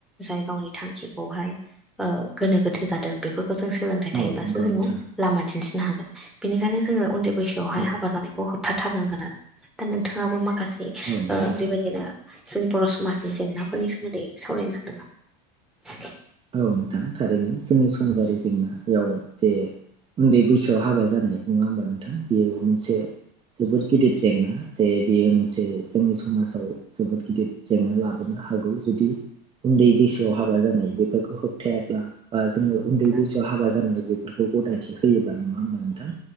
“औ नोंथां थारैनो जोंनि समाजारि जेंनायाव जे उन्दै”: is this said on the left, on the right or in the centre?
Right